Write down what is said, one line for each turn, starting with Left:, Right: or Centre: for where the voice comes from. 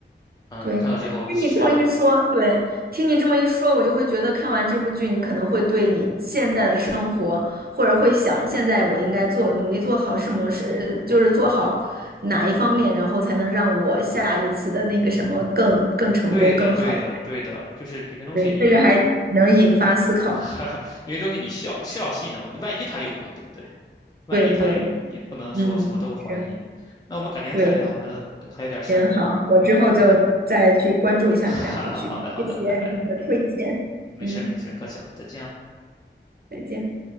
Left: 嗯，
Right: 对，
Left: 你看到最后，
Right: 听你这对么吧一说，
Left: 其实
Right: 对，听你这么一说，我就会觉得看完这部剧，你可能会对你现在的生活，或者会想现在我应该做，努力做好什么事，呃就是做好哪一方面，然后才能让我下一次的那个什么更更成功、
Left: 对的，
Right: 更好一点
Left: 对的，对的，就是有些东西你，
Right: 对，这个还能引发思考。
Left: <laughs> 有些东西你是要是要信的嘛，你万一他有呢，对不对？万一他有呢，
Right: 对对，
Left: 你不能说什么都怀疑。
Right: 嗯，是，
Left: 那我们改天再聊，
Right: 对，
Left: 聊的还有点事儿了吗？
Right: 行，好，我之后就再去关注一下那两部剧。
Left: 嗯，拜拜。<laughs> 哈哈哈，好的，好的，
Right: 谢谢你的推荐，
Left: 拜拜。嗯，没事儿没事儿客气了，
Right: 嗯，
Left: 再见啊。
Right: 再见。